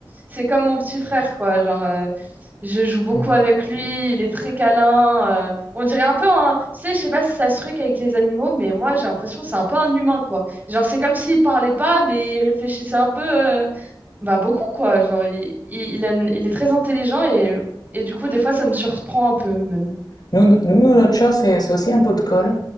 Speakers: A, on the right (about 20°); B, on the left (about 55°).
A: c'est comme mon petit frère, quoi. Genre, euh, je joue beaucoup
B: Hmm.
A: avec lui. Il est très câlin. euh, on dirait un peu un. Tu sais, je sais pas si ça se truc avec les animaux, mais moi, j'ai l'impression que c'est un peu un humain, quoi. Genre, c'est comme s'il parlait pas, mais il réfléchissait un peu, euh, bah, beaucoup, quoi. Genre, il, il, il a une- il est très intelligent et, et du coup, des fois, ça me surprend un peu, même.
B: Nous, nous, notre chat, c'est c'est aussi un pot de colle.